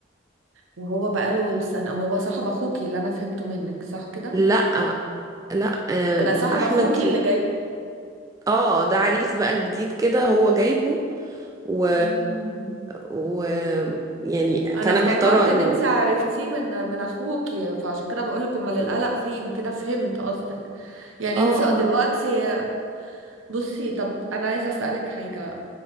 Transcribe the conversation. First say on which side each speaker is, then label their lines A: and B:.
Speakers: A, on the right; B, on the right.
A: وهو بقاله السنة وهو صاحب اخوكي اللي انا فهمته منك صح كده؟
B: لا لا آم،
A: لا صاحب
B: احمد
A: اخوكي اللي جايب
B: اه ده عريس بقى جديد كده هو جايبه و...
A: مم.
B: و يعني
A: انا
B: فانا
A: افتكرت
B: محتارة
A: ان
B: انه
A: انت عرفتيه من من اخوكي فعشان كده بقول لك امال القلق فين كده فهمت قصدك يعني
B: اه
A: انت دلوقتي
B: اه
A: بصي طب انا عايزه اسالك حاجه